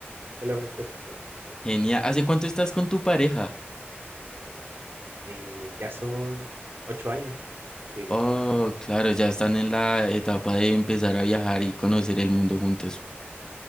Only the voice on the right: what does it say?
solamente esos dos.
Eh, ya son ocho años, sí,